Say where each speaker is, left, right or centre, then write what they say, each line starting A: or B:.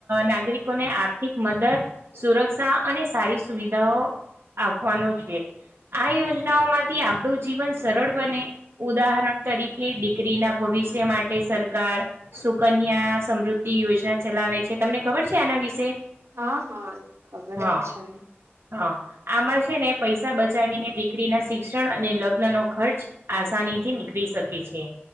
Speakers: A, on the right; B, on the right.
A: નાગરિકોને આર્થિક મદદ સુરક્ષ સા અને સારી સુવિધાઓ આપવાનો છે, આ યોજનાઓમાં થી આપણું જીવન સરળ બને ઉદાહરણ તરીકે દીકરી ના ભવિષ્ય માટે સરકાર સુકન્યા સમૃદ્ધિ યોજના ચલાવે છે તમને ખબર છે, આના વિશે
B: હા, હા ખબર
A: હા,
B: જ છે.
A: હા આમાં છે ને, પૈસા બચાવીને દીકરી ના શિક્ષણ અને લગ્ન ન ખર્ચ આસાનીથી નીકળી શકે છે.